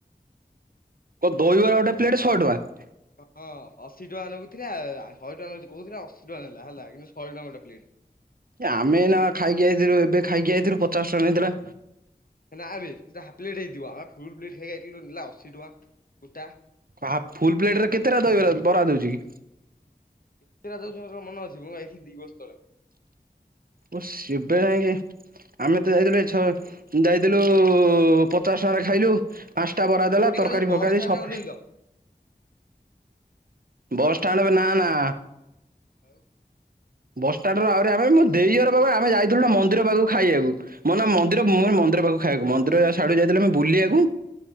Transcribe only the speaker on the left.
ହଁ ଅଶୀ ଟଙ୍କା ନେଉଥିଲା ଶହେ ଟଙ୍କା କହୁଥିଲା ଅଶୀ ଟଙ୍କା ନେଲା ହେଲା କିନ୍ତୁ ଶହେ ଟଙ୍କା ଗୋଟେ ପ୍ଲେଟ।
ନାବେ ହାପ୍ ପ୍ଲେଟ୍ ହେଇଥିବା ଆମେ ଫୁଲ ପ୍ଲେଟ୍ ଖାଇକି ଆଇଥିଲୁ ନେଲା ଅଶୀ ଟଙ୍କା ଗୋଟା।
କେତେଟା ଦଉଛି କଣ ମୋର ମନେ ଅଛି ମୁଁ ଯାଇଥିଲି ଦି ବର୍ଷ ତଳେ।
କୋଉଠି
କହନି ବସ୍
ଷ୍ଟାଣ୍ଡରେ
ଓହ୍ଲେଇଲ?
ଆଉ?